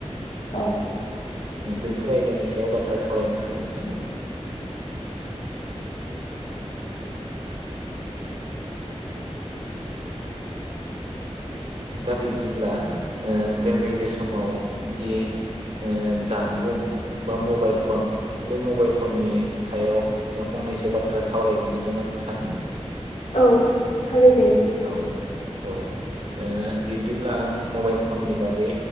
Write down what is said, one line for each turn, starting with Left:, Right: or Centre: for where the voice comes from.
Left: औ
Right: बैफोर आयदानि सायाव बाथ्रा सावरायनो हागोन ना? दा बिब्दिब्ला ओ जों नैबे समाव जि ओ जानबुं बा मबाइल फन बे मबाइल फननि सायाव फंनैसो बाथ्रा सावरायदिनि नामा नोंथां।
Left: औ सावराय जायो।
Right: औ औ ओ बिब्दिब्ला आं मबाइल फननि बागै